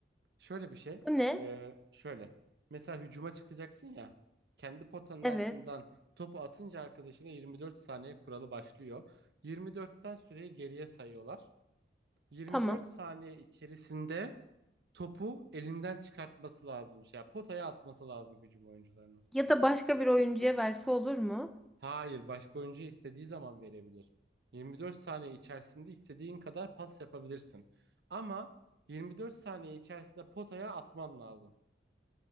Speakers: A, on the right; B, in the centre.
A: Şöyle bir şey.
B: Bu ne?
A: ee, şöyle. Mesela hücuma çıkacaksın ya. Kendi potanın
B: Evet.
A: altından topu atınca arkadaşına 24 saniye kuralı başlıyor. Yirmi dörtten süreyi geriye sayıyorlar. 24
B: Tamam.
A: saniye içerisinde topu elinden çıkartması lazımmış. Ya potaya atması lazım hücum oyuncularının.
B: Ya da başka bir oyuncuya verse olur mu?
A: Hayır, başka oyuncu istediği zaman verebilir. 24 saniye içerisinde istediğin kadar pas yapabilirsin. Ama 24 saniye içerisinde potaya atman lazım.